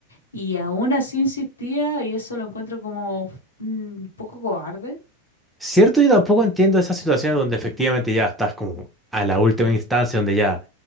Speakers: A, on the left; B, in the centre.
A: y aún así insistía y eso lo encuentro como mm, un poco cobarde.
B: Cierto, yo tampoco entiendo esas situaciones donde efectivamente ya estás como a la última instancia, donde ya